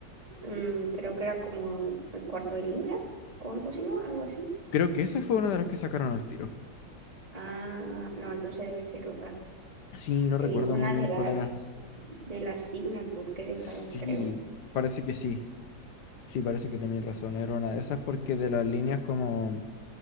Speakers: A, on the right (about 20°); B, on the left (about 65°).
A: mm, creo que era como el cuarto de libra con tocino, algo así.
B: Creo que esa fue una de las que sacaron al tiro.
A: Ah, no, entonces debe ser otra.
B: Sí, no recuerdo
A: Eh, una
B: muy bien
A: de las,
B: cuál era.
A: de las Signature que dejaron,
B: Sí,
A: creo.
B: parece que sí. Sí, parece que tenéis razón, era una de esas porque de las líneas como,